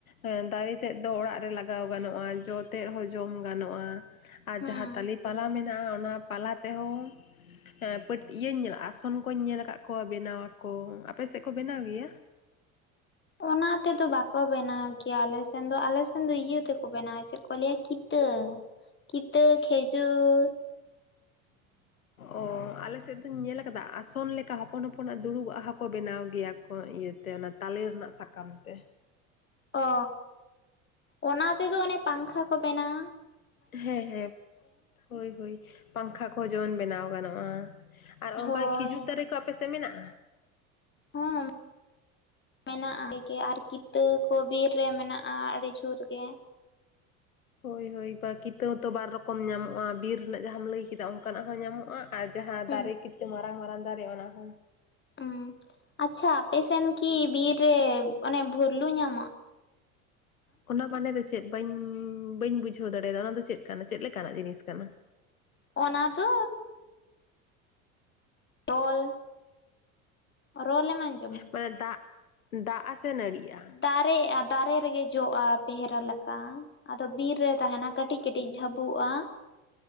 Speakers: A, on the left; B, on the left.
A: ᱦᱮᱸ ᱫᱟᱨᱮ ᱛᱮᱫ ᱫᱚ ᱚᱲᱟᱜ ᱨᱮ ᱞᱟᱜᱟᱣ ᱜᱟᱱᱚᱜᱼᱟ ᱡᱚ ᱛᱮᱫ ᱦᱚᱸ ᱡᱚᱢ ᱜᱟᱱᱚᱜᱼᱟ ᱟᱨ
B: ᱦᱩᱸ᱾
A: ᱡᱟᱦᱟᱸ ᱛᱟᱞᱤ ᱯᱟᱞᱟ ᱢᱮᱱᱟᱜᱼᱟ ᱚᱱᱟ ᱯᱟᱞᱟ ᱛᱮᱦᱚᱸ ᱦᱮᱸ ᱯᱤᱴᱭᱟᱹ ᱤᱭᱟᱹᱧ ᱧᱮᱞ ᱟᱥᱚᱱ ᱠᱚᱧ ᱧᱮᱞ ᱟᱠᱟᱫ ᱠᱚᱣᱟ ᱵᱮᱱᱟᱣ ᱟᱠᱚ ᱟᱯᱮ ᱥᱮᱫ ᱠᱚ ᱵᱮᱱᱟᱣ ᱜᱮᱭᱟ
B: ᱚᱱᱟ ᱛᱮᱫᱚ ᱵᱟᱠᱚ ᱵᱮᱱᱟᱣ ᱜᱮᱭᱟ ᱟᱞᱮᱥᱮᱱ ᱫᱚ ᱟᱞᱮ ᱫᱚ ᱤᱭᱟᱹ ᱛᱮᱠᱚ ᱵᱮᱱᱟᱣᱟ ᱪᱮᱫ ᱠᱚ ᱞᱟᱹᱭᱟ ᱠᱤᱛᱟᱹ ᱠᱤᱛᱟᱹ ᱠᱷᱮᱡᱩᱨ᱾ <inaudible>
A: ᱚᱻ ᱟᱞᱮ ᱥᱮᱫ ᱫᱚᱧ ᱧᱮᱞᱞᱟ ᱠᱟᱫᱟ ᱟᱥᱚᱱ ᱞᱮᱠᱟ ᱦᱚᱯᱚᱱ ᱦᱚᱯᱚᱱᱟᱜ ᱫᱩᱲᱩᱵ ᱦᱟᱜ ᱠᱚ ᱵᱮᱱᱟᱣ ᱜᱮᱭᱟ ᱠᱚ ᱤᱭᱟᱹᱛᱮ ᱛᱮ ᱚᱱᱟ ᱛᱟᱞᱮ ᱨᱮᱱᱟᱜ ᱥᱟᱠᱟᱢ ᱛᱮ
B: ᱚ ᱚᱱᱟ ᱛᱮᱫᱚ ᱚᱱᱮ ᱯᱟᱝᱠᱷᱟ ᱠᱚ ᱵᱮᱱᱟᱜᱼᱟ
A: ᱦᱮᱸ ᱦᱮᱸ ᱦᱳᱭ ᱦᱳᱭ ᱯᱟᱝᱠᱷᱟ ᱠᱚᱦᱚᱸ ᱡᱮᱢᱚᱱ ᱵᱮᱱᱟᱣ ᱜᱟᱱᱚᱜᱼᱟ ᱟᱨ ᱚᱱᱠᱟ
B: ᱦᱳᱭ
A: ᱠᱷᱤᱡᱩᱨ ᱫᱟᱨᱮ ᱠᱚ ᱟᱯᱮ ᱥᱮᱫ ᱢᱮᱱᱟᱜᱼᱟ
B: ᱦᱚ ᱢᱮᱱᱟᱜᱼᱟ ᱜᱮ ᱟᱨ ᱠᱤᱛᱟᱹ ᱠᱚ ᱵᱤᱨ ᱨᱮ ᱢᱮᱱᱟᱜᱼᱟ ᱟᱹᱰᱤ ᱡᱳᱨ ᱜᱮ
A: ᱦᱳᱭ ᱦᱳᱭ ᱵᱟ ᱠᱤᱛᱟᱹ ᱛᱚ ᱵᱟᱨ ᱨᱚᱠᱚᱢ ᱧᱟᱢᱚᱜᱼᱟ ᱵᱤᱨ ᱨᱮᱱᱟᱜ ᱡᱟᱦᱟᱸᱟᱢ ᱞᱟᱹᱭ ᱠᱮᱫᱟ ᱚᱱᱠᱟᱱᱟᱜ ᱦᱚᱸ ᱧᱟᱢᱚᱜᱼᱟ ᱟᱨ ᱡᱟᱦᱟᱸ
B: ᱦᱩᱸ
A: ᱫᱟᱨᱮ ᱠᱤᱛᱩ ᱢᱟᱨᱟᱝ ᱢᱟᱨᱟᱝ ᱫᱟᱨᱮ ᱚᱱᱟ ᱠᱷᱚᱱ
B: ᱩ ᱟᱪᱪᱷᱟ ᱟᱯᱮᱥᱮᱱ ᱠᱤ ᱵᱤᱨ ᱨᱮ ᱚᱱᱮ ᱵᱷᱩᱨᱞᱩ ᱧᱟᱢᱚᱜ
A: ᱚᱱᱟ ᱢᱟᱱᱮᱨᱮ ᱪᱮᱫ ᱵᱟᱹᱧ ᱵᱟᱹᱧ ᱵᱩᱡᱷᱟᱹᱣ ᱫᱟᱲᱮᱭᱟᱫᱟ ᱚᱱᱟ ᱫᱚ ᱪᱮᱫ ᱠᱟᱱᱟ ᱪᱮᱫ ᱞᱮᱠᱟᱱᱟᱜ ᱡᱤᱱᱤᱥ ᱠᱟᱱᱟ᱾
B: ᱚᱱᱟ ᱫᱚ ᱨᱚᱞ ᱨᱚᱞ ᱮᱢ ᱟᱡᱚᱢ
A: ᱢᱟᱱᱮ ᱫᱟᱜ ᱫᱟᱜ ᱟ ᱥᱮ ᱱᱟᱲᱤᱭᱟ
B: ᱫᱟᱨᱮᱜᱼᱟ ᱫᱟᱨᱮ ᱨᱮᱜᱮ ᱡᱚᱜᱼᱟ ᱯᱮᱦᱨᱟ ᱞᱮᱠᱟ᱾ ᱟᱫᱚ ᱵᱤᱨ ᱨᱮ ᱛᱟᱦᱮᱱᱟ ᱠᱟᱹᱴᱤᱡ ᱠᱟᱹᱴᱤᱡ ᱡᱷᱟᱹᱵᱚᱜᱼᱟ